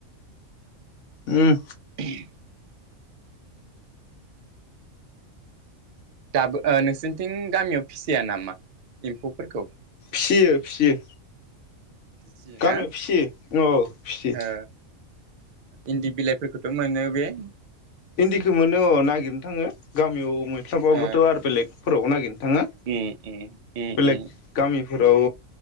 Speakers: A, on the left; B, on the right.
A: उम
B: <unintelligible> दाबो ओ नोंसोरनिथिं गामियाव फिसिया नामा एम्फौफोरखौ
A: फियो फियो
B: फिसियोना
A: गामियाव फिसियो औ फिसियो
B: ओ इन्दि बिलाइफोरखौथ' मोनो बे
A: इन्दिखौ मोनो अ नागिरनो थाङो गामियाव मोनस्लाबाबोथ'
B: ओ
A: आरो बेलेगफोराव नागिरनो थाङो
B: उम उम उम
A: बेलेग गामि फोराव